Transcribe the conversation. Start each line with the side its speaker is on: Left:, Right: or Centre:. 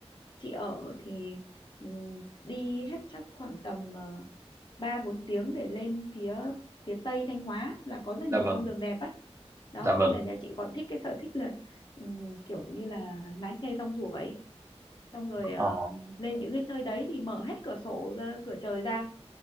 Left: chị ở thì ừ, đi hết chắc khoảng tầm ờ, ba bốn tiếng để lên phía phía tây Thanh Hóa là có rất nhiều
Right: dạ vâng
Left: cung đường đẹp á đó
Right: dạ vâng
Left: thì là nhà chị còn thích cái sở thích là ừ, kiểu như là lái xe rong ruổi xong rồi ờ,
Right: ờ
Left: lên những cái nơi đấy thì mở hết cửa sổ ra cửa trời ra